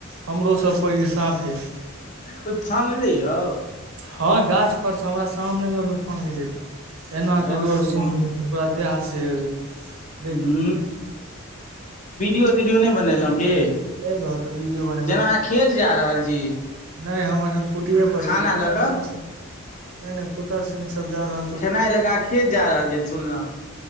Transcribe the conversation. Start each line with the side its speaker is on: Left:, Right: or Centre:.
Right: हमरो सब पैघ साफे छ
Left: ओ फांगले य
Right: हँ गाछ पर से हमरा सामने मे फंगले एना
Left: रौ
Right: को गोर
Left: भगवान।
Right: सुन्न हो गेलय पूरा देह हाथ सिहैर जेत
Left: ह्म वीडियो तीडियो नहि बनेलहुं की
Right: ए बहुतऽ वीडियो बने
Left: जेना अहाँ खेत जा रहल छी
Right: नहि हम एखन कुटीे पर
Left: खाना
Right: छी पुतर
Left: लऽ कऽ
Right: सिंह सब नहि नहि पुतर सिंह सब जा रहल छै
Left: खेनाइ लग आ खेत जा रहल छे सुनलहुँ